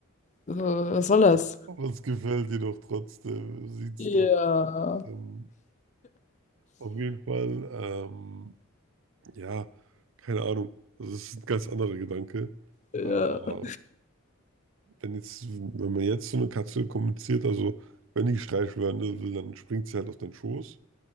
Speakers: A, on the left; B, on the right.
A: so, was soll das?
B: Aber es gefällt dir doch trotzdem. Sieht's
A: Ja.
B: doch. Ähm, auf jeden Fall. Ähm, Ja, keine Ahnung. Also es ist ein ganz anderer Gedanke.
A: Ja.
B: Aber wenn jetzt, wenn man jetzt so eine Katze kommuniziert, also wenn die gestreichelt werden will, dann springt sie halt auf deinen Schoß,